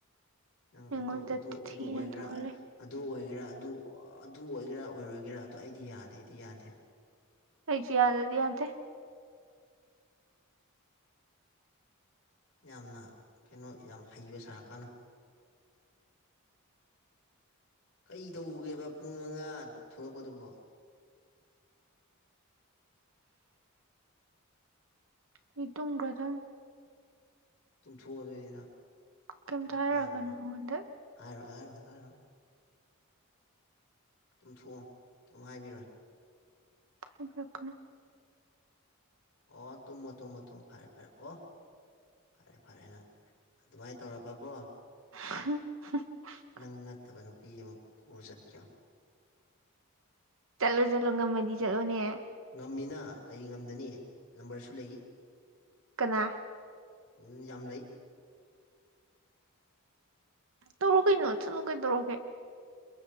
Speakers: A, on the left; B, on the right.
A: ꯅꯪ
B: ꯑꯩꯉꯣꯟꯗ
A: ꯑꯗꯨ ꯑꯗꯨ
B: ꯊꯤꯅ
A: ꯑꯗꯨ ꯑꯣꯏꯒ‌ꯦꯔꯥ
B: ꯇꯧꯍꯜꯂꯦ
A: ꯑꯗꯨ ꯑꯣꯏꯒꯦꯔꯥ ꯑꯗꯨ ꯑꯗꯨ ꯑꯣꯏꯒꯦꯔꯥ ꯑꯣꯏꯔꯣꯏꯒꯦꯔꯥ ꯑꯗꯣ ꯑꯩꯗꯤ ꯌꯥꯗꯦꯗꯤ ꯌꯥꯗꯦ
B: ꯑꯩꯩꯖꯨ ꯌꯥꯗ꯭ꯔꯥꯗꯤ ꯌꯥꯗ꯭ꯔꯦ
A: ꯌꯥꯝꯅ ꯀꯩꯅꯣ ꯌꯥꯝ ꯍꯩꯕ ꯁꯥꯔꯛꯀꯅꯣ ꯀꯩꯗꯧꯒꯦꯕ ꯄꯨꯡ ꯃꯉꯥ ꯊꯣꯂꯛꯄꯗꯨꯕꯣ
B: ꯑꯩ ꯇꯨꯝꯒ꯭ꯔꯥ ꯗꯝ
A: ꯇꯨꯝꯊꯣꯛꯑꯣ ꯑꯗꯨꯗꯤ ꯅꯪ
B: ꯀꯩꯝꯇ
A: ꯀꯩ
B: ꯍꯥꯏꯔꯛꯑꯒꯅꯨ
A: ꯀꯥꯟꯅꯕꯗ
B: ꯑꯩꯉꯣꯟꯗ
A: ꯍꯥꯏꯔꯣꯏ ꯍꯥꯏꯔꯣꯏ ꯍꯥꯏꯔꯣꯏ ꯇꯨꯝꯊꯣꯛꯑꯣ ꯀꯩꯝ ꯍꯥꯏꯕꯤꯔꯣꯏ
B: <unintelligible>
A: ꯑꯣ ꯇꯨꯝꯃꯣ ꯇꯨꯝꯃꯣ ꯇꯨꯝ ꯐꯔꯦ ꯐꯔꯦ ꯑꯣ ꯐꯔꯦ ꯐꯔꯦ ꯅꯪ ꯑꯗꯨꯃꯥꯏꯅ ꯇꯧꯔꯕꯀꯣ
B: <unintelligible>
A: ꯅꯪ ꯅꯠꯇꯕ ꯅꯨꯄꯤ ꯑꯃ ꯄꯨꯔ ꯆꯠꯀꯦ ꯌꯦꯡꯉꯣ
B: ꯆꯠꯂꯣ ꯆꯠꯂꯣ ꯉꯝꯃꯗꯤ ꯆꯠꯂꯣꯅꯦ
A: ꯉꯝꯃꯤꯅ ꯀꯔꯤ ꯉꯝꯗꯅꯤ ꯅꯝꯕꯔꯁꯨ ꯂꯩ
B: ꯀꯅꯥ
A: ꯎꯝ ꯌꯥꯝ ꯂꯩ
B: ꯇꯧꯔꯣ ꯀꯩꯅꯣ ꯆꯠꯂꯣ ꯀꯩꯗꯧꯔꯒꯦ